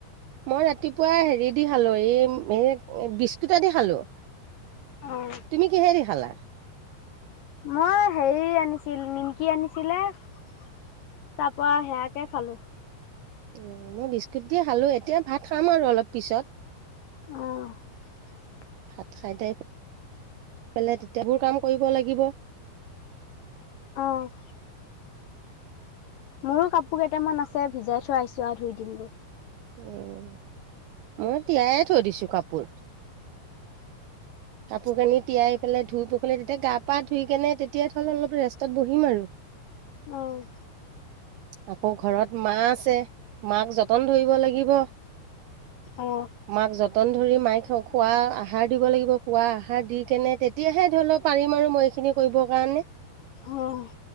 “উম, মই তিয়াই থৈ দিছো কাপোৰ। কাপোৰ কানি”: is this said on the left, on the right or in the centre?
Right